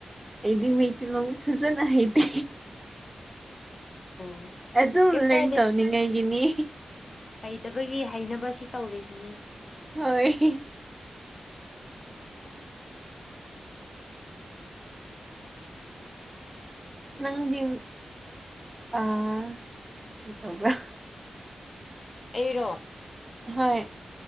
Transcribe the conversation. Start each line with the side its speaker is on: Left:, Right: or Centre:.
Right: ꯑꯩꯗꯤ ꯃꯩꯇꯩꯤ ꯂꯝ ꯐꯖꯅ ꯍꯩꯇꯦ
Left: ꯎ
Right: ꯑꯗꯨꯝ
Left: ꯀꯩ
Right: ꯂꯔꯟ
Left: ꯀꯥꯏꯗꯦ
Right: ꯇꯧꯅꯤꯡꯉꯥꯏꯒꯤꯅꯤ
Left: ꯍꯩꯇꯕꯒꯤ ꯍꯩꯅꯅꯕꯁꯤ ꯇꯧꯔꯤꯁꯤꯅꯦ
Right: ꯍꫭꯏ ꯅꯪꯗꯤ ꯑ ꯀꯔꯤ ꯇꯧꯕ꯭ꯔꯥ
Left: ꯑꯩꯔꯣ
Right: ꯍꯣꯏ